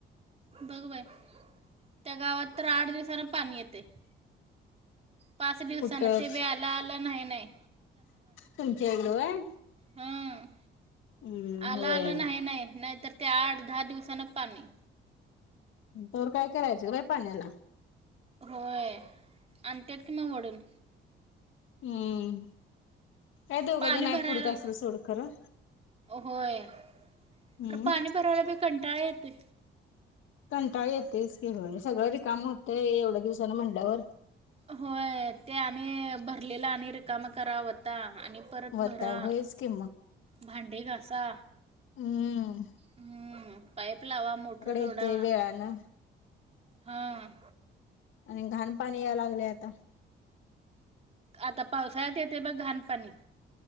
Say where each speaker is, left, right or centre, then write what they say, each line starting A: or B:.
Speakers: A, on the right; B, on the left.
A: बघ बाई त्या गावात तर आठ दिवसांन पाणी येतय. पाच दिवसान
B: कुठं
A: ते बी आलं आलं नाही नाही.
B: तुमच्या इकडं व्हय.
A: हम्
B: हम्म
A: आलं
B: होय
A: आलं नाही नाही नाहीतर त्या आठ दहा दिवसानं पानी
B: तर काय करायचं ग बाई पाण्याला?
A: होय आणि त्यात कि म वडून
B: हम्म काय दोघं
A: पाणी
B: जण
A: भरायला
B: हायत पुरत असलं सोड खरं.
A: होय
B: हम्म
A: खरं पाणी भरायला बी कंटाळा येतोय.
B: कंटाळा येते च व्हय कि सगळ रिकाम होतंय एवढ्या दिवसान म्हंटल्यावर
A: होय ते आणि भरलेला आणि रिकामं करा वता. आणि परत
B: होता
A: भरा
B: होयच कि
A: भांडे घासा.
B: हम्.
A: हम्म पाइप लावा मोटर दोडा
B: येते वेळानं
A: हां.
B: आणि घाण पाणी या लागले आता.
A: आता पावसाळ्यात येते बघ घाणपाणी